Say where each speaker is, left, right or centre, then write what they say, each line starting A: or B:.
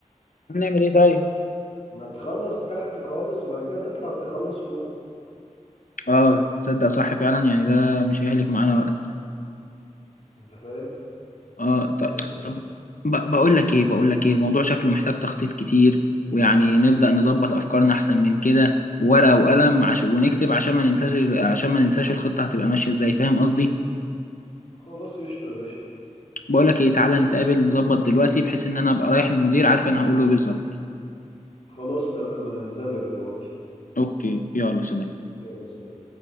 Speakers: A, on the left (about 80°); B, on the left (about 50°).
A: نعمل ايه طيب
B: ما تخلص تحت خالص وبعد كده تطلع تخلص فوق
A: اه تصدق صح فعلا يعني ده مش هيهلك معانا وقت
B: انت فاهم
A: اه ط-
B: <laughs>
A: طب ب- بقول لك ايه بقول لك ايه الموضوع شكله محتاج تخطيط كتير ويعني نبدأ نظبط افكارنا احسن من كده ورقة وقلم عش... ونكتب عشان ما ننساش ال- عشان ما ننساش الخطة هتبقى ماشية ازاي فاهم قصدي
B: خلاص قشطة يا باشا
A: بقول لك ايه تعالى نتقابل نظبط دلوقتي بحيث ان انا ابقى رايح للمدير عارف انا هقول له إيه بالظبط
B: خلاص تمام انا هنزل لك دلوقتي
A: اوكي يلا سلام
B: يلا سلام